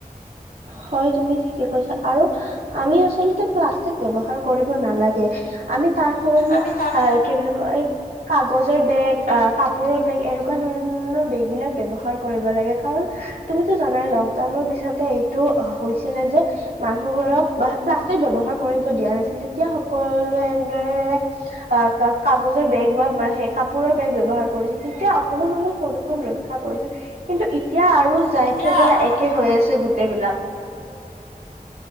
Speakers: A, on the right; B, on the left.
A: হয় তুমি ঠিকে কৈছা আৰু আমি আচলতে প্লাষ্টিক ব্যৱহাৰ কৰিব নালাগে, আমি তাৰ সমানে
B: আমি তাত
A: আহ কি বুলি কয় এক। কাগজৰ বেগ আহ কাপোৰৰ বেগ এনেকুৱা ধৰণৰ বেগ বিলাক ব্যৱহাৰ কৰিব লাগে কাৰণ তুমিতো জানাই লকডাউনৰ পিছতে এইটো হৈছিলে যে মানুহোৰ প্লাষ্টিক ব্যৱহাৰ কৰিব দিয়া নাছিল তেতিয়া সকলোৱে এ কাগজৰ বেগ বা সেই কাপোৰৰ বেগ ব্যৱহাৰ কৰিছিল তেতিয়া অকমান ধৰণৰ প্ৰদূৰণ ৰক্ষা পৰিছিল কিন্তু এতিয়া আৰু
B: এতিয়া
A: যাই থৈ পেলাই একে হৈ আছ গোটেইবিলাক